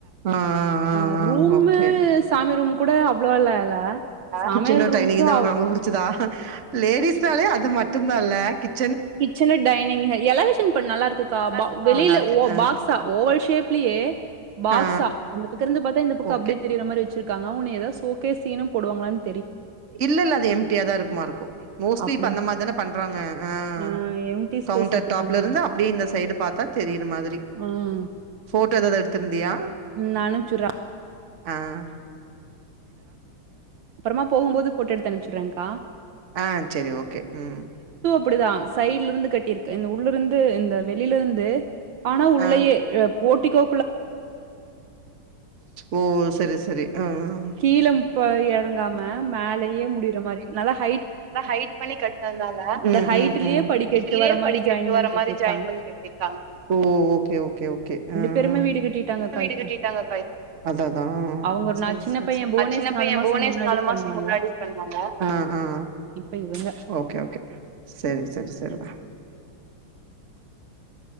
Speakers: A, on the right; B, on the right.
A: ஆஹ்
B: அ
A: ஆஹ்
B: ரூமு
A: ஓகே
B: சாமி ரூம் கூட அவ்ளோலாம் இல்ல. சமையல்
A: கிச்சனு
B: ரூம்க்கு
A: டைனிங்குதா ஒனக்
B: அவ்
A: ரொம்ப புடிச்சதா லேடிஸ்னாலே அதுமட் டுந்தால்ல கிட்
B: கிச்சன்னு டைனிங் எ எலவேஷன் இப்ப நல்லா இருக்குக்கா
A: நல்லா
B: பா
A: இருக்குக்கா.
B: வெளியில
A: நல்லாருக்கு.
B: ஒ
A: ஆ,
B: பாக்ஸா ஓவல் ஷேப்லயே பாக்ஸா
A: ஆ.
B: அந்த பக்கம் இருந்து பாத்தா இந்த பக்கம்
A: ஓகே.
B: அப்பிடியே தெரியிற மாறி வச்சிருக்காங்க ஒன்னே ஏதாது சோகேசினு போடுவாங்களானு
A: இல்ல இல்ல அது எம்டியா தான் இருக்குமா இருக்கும் மோஸ்ட்லி
B: அப்டி
A: இப்ப அந்த மாதிரி தானே பண் றாங்க ஆஹ
B: ஆ எம்டி ஸ்பேஸ்
A: கவுண்டர்
B: விட்டு
A: டாப்ல
B: பண்றாங்க.
A: இருந்து அப்டியே இந்த சைடு பாத்தா தெரிற மாதிரி
B: ம்
A: போட்டோ எதாவது எடுத்திருந்தியா
B: நான் அனுப்ச்சுட்றேன்.
A: அஹ
B: அப்புறமா போகும்போது போட்டோ எடுத்து அனுப்சுடுறேன்கா
A: ஆஹ் செரி ஓகே உம்
B: அப்பிடிதான் சைடல இருந்து கட்டிருக்கு இந்த உள்ளிருந்து இந்த வெளில இருந்து ஆனா உள்ளையே
A: ஆ
B: ஏ போட்டிக்கோ
A: ஓ செரி செரி ஆஹ் ஆஹ்
B: கீழ ப இறங்கமா மேலேயே முடியிற மாறி நல்லா ஹெ
A: நல்லா ஹெயிட் பண்ணி கட்டுனனால
B: அந்த
A: ம்ம்
B: ஹைட்லயே
A: ம்ம்
B: படிக்கட்டு
A: வீட்டிலே
B: வர மாரி
A: படிக்கட்டு
B: ஜாயின்
A: வார
B: பண்ணி கட்டியிருக்காங்க.
A: மாறி ஜாயின் பண்ணி கட்டி இருக்காங்க ஓகே ஓகே பெரிய
B: பேருமே வீடு கட்டிட்டாங்கக்கா
A: வீடு
B: இப்போ.
A: கட்டிட்டாங்க அக்கா அதான் அதான்
B: அவங்க ஒரு
A: செரி
B: நான் சின்ன
A: செரி
B: பையன் புவனேஷ்
A: ஆ சின்ன பையன்
B: மாசம்
A: புவனேஷ்
B: முன்னாடி
A: நாலு மாசம்
B: பண்ணாங்க.
A: முன்னாடி பண்ணாங்க ஆஹ் ஆஹ்
B: இப்ப இவங்க.
A: ஓகே ஓகே செரி செரி செரி டா